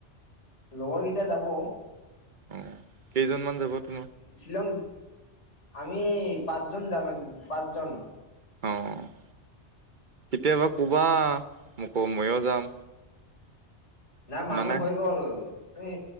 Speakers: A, on the left; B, on the right.
A: লগৰকেইটা যাব।
B: অ' কেইজনমান যাব তোমাৰ
A: শ্বিলং আমি পাঁচজন যাম এক পাঁচজন।
B: অ' কেতিয়াবা ক'বা মোকো ময়ো যাম।
A: নাই মানুহ
B: মানে
A: হৈ গ'ল তুমি